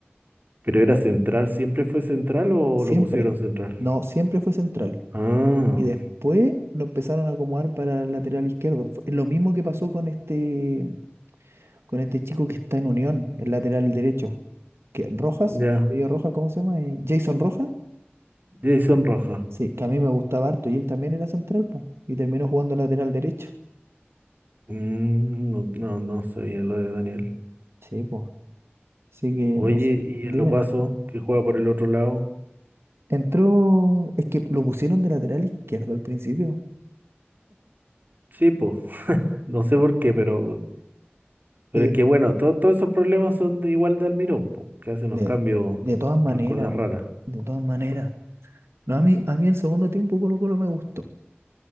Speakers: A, on the right (about 50°); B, on the right (about 80°).
A: Creo era central. ¿Siempre fue central o
B: siempre,
A: lo pusieron central?
B: no, siempre fue central.
A: Ah,
B: Y después lo empezaron a acomodar para el lateral izquierdo. Fue lo mismo que pasó con este, con este chico que está en Unión, el lateral derecho, que Rojas,
A: ya.
B: apellido Rojas, ¿cómo se llama? Eh, Jason Rojas,
A: Jason Roja.
B: sí, que a mí me gustaba harto y él también era central, pues, y terminó jugando lateral derecho.
A: Mm, no, no, no sabía lo de Daniel.
B: Sí, pues, así que,
A: Oye,
B: no sé,
A: y
B: dime.
A: el Opaso, que juega por el otro lado.
B: Entró, es que lo pusieron de lateral izquierdo al principio.
A: Sí, po. No sé por qué, pero, pero
B: Y de,
A: es que bueno, to- todos esos problemas son de igual de Almirón, po, que hace unos
B: de
A: cambios,
B: de todas maneras,
A: unas cosas raras.
B: de todas maneras. No, a mí, a mí el segundo tiempo Colo Colo me gustó.